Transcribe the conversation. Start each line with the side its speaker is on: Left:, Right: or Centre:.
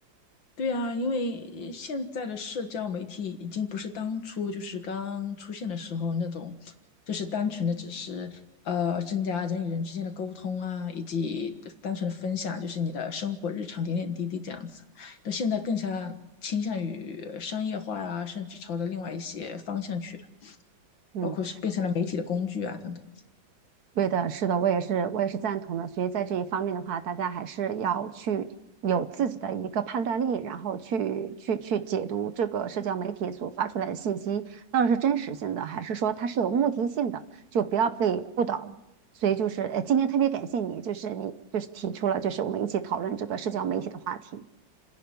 Left: 对啊，因为现在的社交媒体已经不是当初就是刚出现的时候那种，就是单纯的只是呃增加人与人之间的沟通啊，以及单纯的分享，就是你的生活日常点点滴滴这样子。那现在更加倾向于商业化啊，甚至朝着另外一些方向去了，
Right: 嗯，
Left: 包括是变成了媒体的工具啊等等。
Right: 对的，是的，我也是我也是赞同的。所以在这一方面的话，大家还是要去有自己的一个判断力，然后去去去解读这个社交媒体所发出来的信息，到底是真实性的，还是说它是有目的性的，就不要被误导了。所以就是，呃，今天特别感谢你，就是你就是提出了，就是我们一起讨论这个社交媒体的话题。